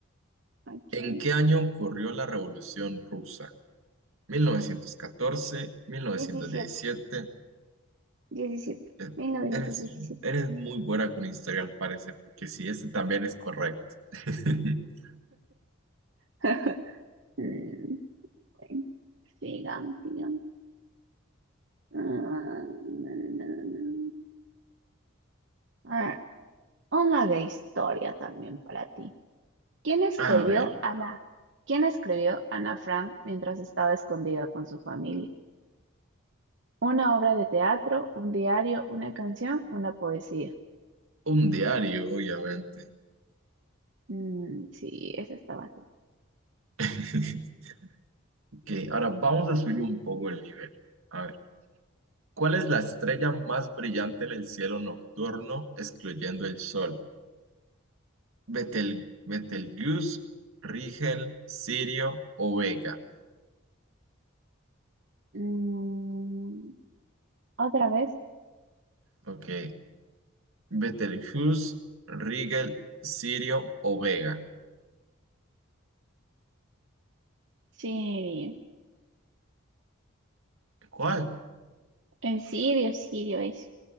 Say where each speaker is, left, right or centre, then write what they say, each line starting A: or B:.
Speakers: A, on the right; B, on the right.
A: Ok.
B: ¿En qué año ocurrió la Revolución Rusa? Mil mil novecientos catorce, mil novecientos
A: 17,
B: diecisiete.
A: 17,
B: Eh,
A: 1917.
B: Eres, eres muy buena con historia al parecer, porque sí, este también es correcto. <laughs>
A: <laughs> Mm, bueno, sigamos, sigamos. Ah, na, na, na, na, na. A ver, una de historia también para ti. ¿Quién escribió
B: A ver,
A: Ana? ¿Quién escribió Ana Frank mientras estaba escondida con su familia? ¿Una obra de teatro, un diario, una canción, una poesía?
B: un diario, obviamente.
A: Mm, sí, esa estaba así.
B: <laughs> Ok, ahora vamos a subir un poco el nivel. A ver, ¿cuál es la estrella más brillante en el cielo nocturno, excluyendo el sol? Betel, Betelgeuse, Rigel, Sirio o Vega.
A: Mm, ¿otra vez?
B: Ok, Betelgeuse, Rigel, Sirio o Vega.
A: Sirio.
B: ¿Cuál?
A: En Sirio, Sirio es.